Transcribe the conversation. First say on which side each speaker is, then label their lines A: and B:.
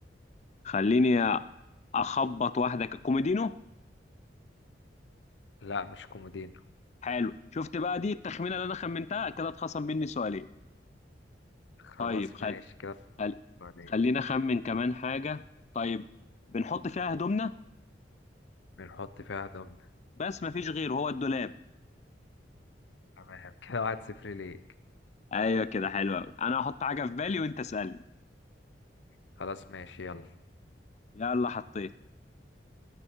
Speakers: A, on the left (about 40°); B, on the left (about 80°).
A: خليني أخبط واحدة ك- كوميدينو
B: لا مش كومودينو
A: حلو شفت بقى دي التخمينة اللي أنا خمنتها كده اتخصم مني سؤالين
B: خلاص
A: طيب خل...
B: ماشي كده
A: خل...
B: عليه
A: خلينا اخمن كمان حاجة طيب بنحط فيها هدومنا
B: بنحط فيها هدومنا
A: بس مفيش غير هو الدولاب
B: تمام كده واحد صفر ليك
A: ايوه كده حلو قوي انا هحط حاجة في بالي وانت اسألني
B: خلاص ماشي يلا
A: يلا حطيت